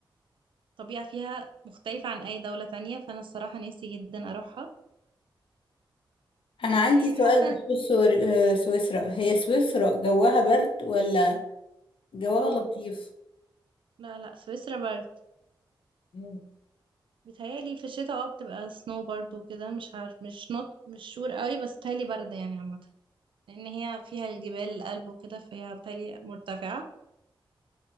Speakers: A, on the right; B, on the left.
A: وطبيعه فيها مختلفه عن اي دوله تانية فانا الصراحه نفسي جدا اروحها
B: انا
A: وحاسه
B: عندي سؤال بخصوص
A: إن-
B: سور- آه، سويسرا هي سويسرا جواها برد ولا جواها
A: اه
B: لطيف
A: لا لا سويسرا برد
B: مم.
A: بتهيألي في الشتاء اه بتبقى سنو برد وكده مش عارف مش نوت مش شور قوي بس بتهيألي برد يعني عامة لأن هي فيها الجبال الألب وكده فهي بالتالي مرتفعة